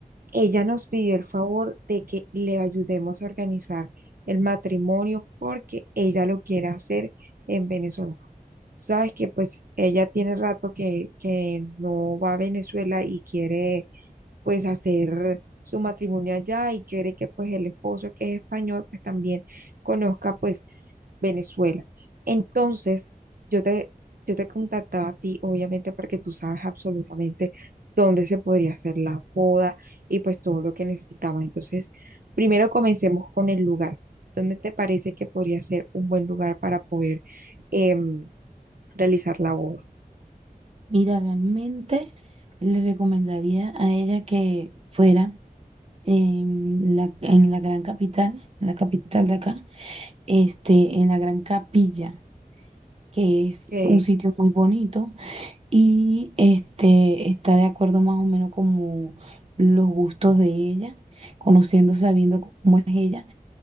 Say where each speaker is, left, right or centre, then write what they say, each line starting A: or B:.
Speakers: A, on the right (about 70°); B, on the right (about 40°).
A: ella nos pidió el favor de que le ayudemos a organizar el matrimonio porque ella lo quiere hacer en Venezuela. Sabes que pues ella tiene rato que, que no va a Venezuela y quiere pues hacer su matrimonio allá y quiere que pues el esposo que es español pues también conozca pues Venezuela. Entonces, yo te, yo te contactaba a ti obviamente porque tú sabes absolutamente dónde se podría hacer la boda y pues todo lo que necesitamos. Entonces, primero comencemos con el lugar. ¿Dónde te parece que podría ser un buen lugar para poder em, realizar la boda?
B: Mira, realmente le recomendaría a ella que fuera en la, en la gran capital, la capital de acá, este, en la Gran Capilla, que es
A: Que
B: un sitio muy bonito y este, está de acuerdo más o menos como los gustos de ella, conociendo, sabiendo cómo es ella.